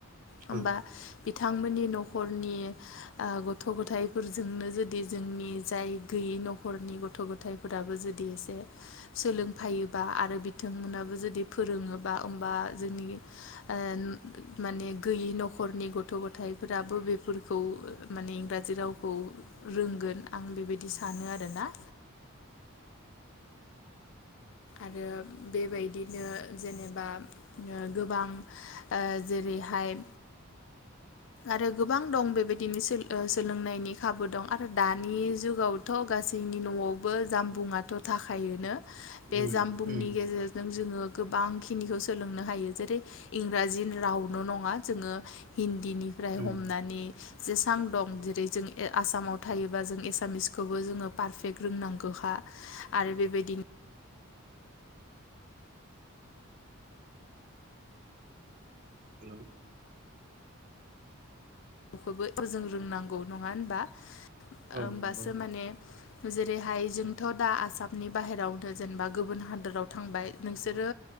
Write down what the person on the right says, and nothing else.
औ
उम
उम उम
उम
हेलौ
औ
नंगौ